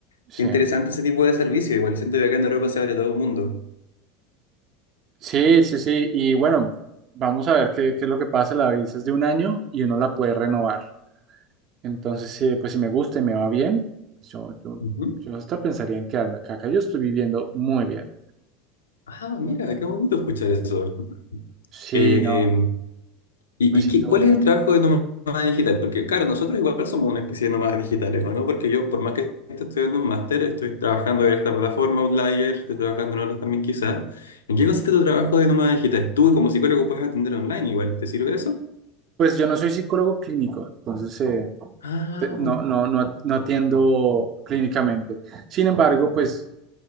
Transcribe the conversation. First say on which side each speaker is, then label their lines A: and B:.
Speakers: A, on the right; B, on the left.
A: Sí,
B: Qué interesante ese tipo de servicio. Igual siento que acá en Europa se abre todo el mundo.
A: sí, sí, sí. Y bueno, vamos a ver qué, qué es lo que pasa. La visa es de un año y uno la puede renovar. Entonces, sí, pues si me gusta y me va bien, pues yo, yo,
B: Ujú.
A: yo hasta pensaría en quedarme acá. Acá yo estoy viviendo muy bien,
B: Ah,
A: muy
B: mira,
A: bien.
B: qué bonito escuchar eso.
A: Sí,
B: Eh,
A: no,
B: ¿y,
A: me siento
B: y qué- cuál
A: muy bien.
B: es el trabajo de nómada digital? Porque, claro, nosotros igual somos una especie de nómadas digitales, ¿o no? Porque yo, por más que esté estudiando un máster, estoy trabajando en esta plataforma Outlier, estoy trabajando en otras también quizás. ¿En qué consiste tu trabajo de nómada digital? Tú como psicólogo puedes atender online igual, ¿te sirve eso?
A: Pues yo no soy psicólogo clínico, entonces eh,
B: Ah,
A: te- no, no, no, no atiendo clínicamente. Sin embargo, pues